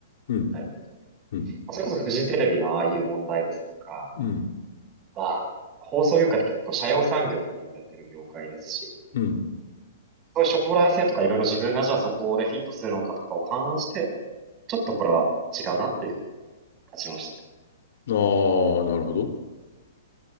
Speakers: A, on the left (about 65°); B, on the right (about 25°).
A: うん、
B: 具体的に。ま
A: うん、
B: あそれこそフジテレビのああいう問題ですとか、
A: うん、
B: まあ、放送業界って結構社用産業って言われてる業界ですし、
A: うん。
B: そういう将来性とかいろいろ自分がじゃあそこでフィットするのかとかを勘案して、ちょっとこれは違うなっていうふうに立ちましたね。
A: ああ、なるほど。